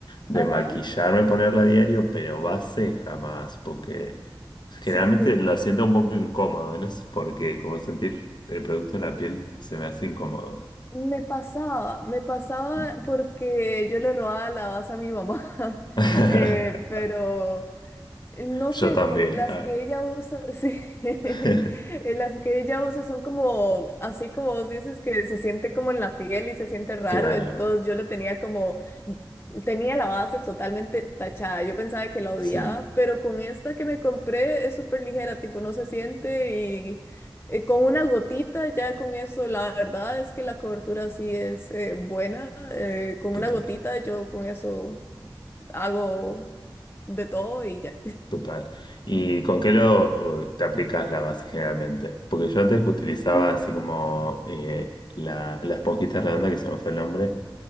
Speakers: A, on the left; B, on the left.
A: de
B: ajá,
A: maquillarme, ponerla a diario, pero base jamás, porque generalmente
B: <laughs> sí.
A: lo siento un poco incómodo, no sé por qué, como sentir el producto en la piel se me hace incómodo.
B: Me pasaba, me pasaba
A: Ujú.
B: porque yo le robaba la base a mi mamá, <laughs>
A: <laughs>
B: eh, pero No
A: Yo
B: sé,
A: también.
B: como las
A: ah.
B: que ella usa, <laughs> sí, <laughs>
A: <laughs>
B: las que ella usa son como, así como vos dices, que se siente como en la piel y se siente raro,
A: Claro,
B: entonces yo lo tenía como, tenía la base totalmente tachada, yo pensaba que la odiaba,
A: sí,
B: pero con esta que me compré es súper ligera, tipo no se siente y eh, con una gotita ya con eso, la verdad es que la cobertura sí es eh, buena, eh, con
A: total.
B: una gotita yo con eso hago de todo y ya.
A: Total. ¿Y con qué lo te aplicas la base generalmente? Porque yo antes utilizaba
B: <laughs>
A: así como eh, la, la esponjita redonda, que se me fue el nombre,